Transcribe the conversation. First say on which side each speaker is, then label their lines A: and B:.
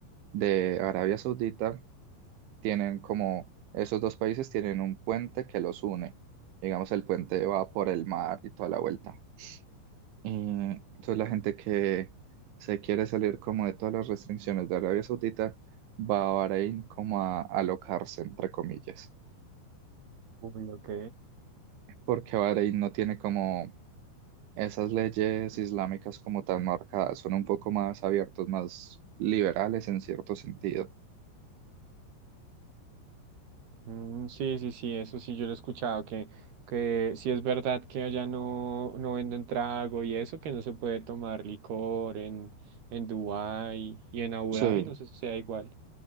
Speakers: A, on the right; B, on the right.
A: de Arabia Saudita tienen como, esos dos países tienen un puente que los une. Digamos, el puente va por el mar y toda la vuelta. Y entonces la gente que se quiere salir como de todas las restricciones de Arabia Saudita va a Bahrein como a alocarse, entre comillas,
B: Uy, ok.
A: porque Bahrein no tiene como esas leyes islámicas como tan marcadas, son un poco más abiertos, más liberales en cierto sentido.
B: Mm, sí, sí, sí, eso sí, yo lo he escuchado, que, que sí es verdad que allá no, no venden trago y eso, que no se puede tomar licor en, en Dubái y en Abu
A: Sí,
B: Dhabi, no sé si sea igual.